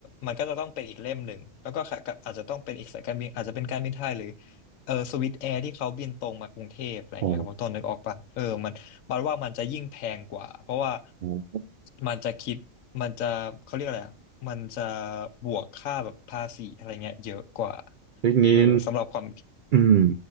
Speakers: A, on the left (about 75°); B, on the right (about 70°).
A: มันก็จะต้องเป็นอีกเล่มหนึ่งแล้วก็ขากลับอาจจะต้องเป็นอีกสายการบินอาจจะเป็นการบินไทยหรือเออสวิสแอร์ที่เขาบินตรงมากรุงเทพอะไรเงี้ยครับคุณต้นนึกออกปะเออมัน
B: โอ้
A: บัดว่ามันจะยิ่งแพงกว่าเพราะว่า
B: โห
A: มันจะคิดมันจะเขาเรียกอะไรอะมันจะบวกค่าแบบภาษีอะไรเงี้ยเยอะกว่า
B: ทีนี้
A: เออสำหรับความ
B: อืม